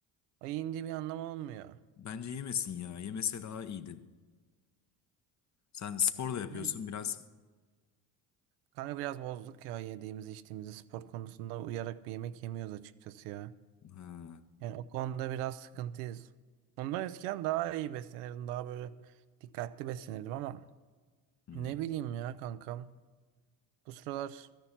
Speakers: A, on the right (about 75°); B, on the left (about 35°).
A: O yiyince bir anlam olmuyor.
B: Bence yemesin ya. Yemese daha iyiydi. Sen spor da yapıyorsun
A: Yani
B: biraz.
A: kanka biraz bozduk ya yediğimizi içtiğimizi spor konusunda uyarak bir yemek yemiyoruz açıkçası ya.
B: Ha.
A: Yani o konuda biraz sıkıntıyız. Bundan eskiden daha iyi beslenirdim. Daha böyle dikkatli beslenirdim ama
B: Hmm.
A: ne bileyim ya kankam. Bu sıralar